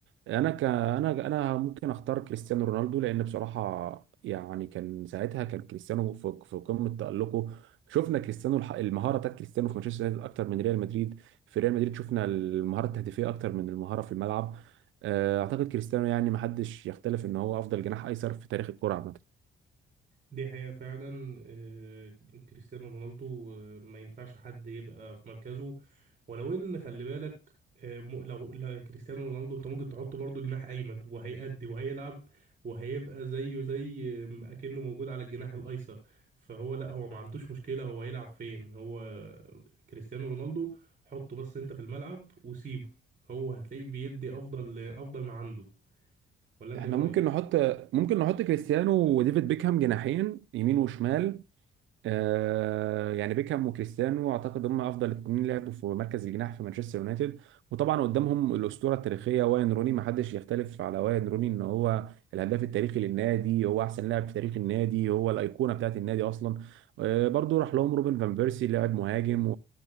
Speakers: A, on the right; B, on the right.
A: انا ك انا انا ممكن اختار كريستيانو رونالدو لان بصراحه يعني كان ساعتها كان كريستيانو في في قمه تالقه شفنا كريستيانو الح- المهاره بتاعت كريستيانو في مانشستر يونايتد اكتر من ريال مدريد في ريال مدريد شفنا المهاره التهديفيه اكتر من المهاره في الملعب آه، اعتقد كريستيانو يعني محدش يختلف ان هو افضل جناح ايسر في تاريخ الكرة عامة
B: دي حقيقة فعلا آه، كريستيانو رونالدو آه، ما ينفعش حد يبقى في مركزه ولو ان خلي بالك آه، م- لو لو كريستيانو رونالدو انت ممكن تحطه برضه جناح ايمن وهيأدي وهيلعب وهيبقى زيه زي آه، اكنه موجود على الجناح الايسر فهو لا هو ما عندوش مشكلة هو هيلعب فين هو كريستيانو رونالدو حطه بس انت في الملعب وسيبه هو هتلاقيه بيدي افضل افضل ما عنده ولا انت
A: احنا
B: ايه رأيك؟
A: ممكن نحط ممكن نحط كريستيانو وديفيد بيكهام جناحين يمين وشمال آه، يعني بيكهام وكريستيانو اعتقد هم افضل اتنين لعبوا في مركز الجناح في مانشستر يونايتد وطبعا قدامهم الاسطوره التاريخيه واين روني ما حدش يختلف على واين روني ان هو الهداف التاريخي للنادي هو احسن لاعب في تاريخ النادي هو الايقونه بتاعت النادي اصلا آه، برضو راح لهم روبن فان بيرسي لاعب مهاجم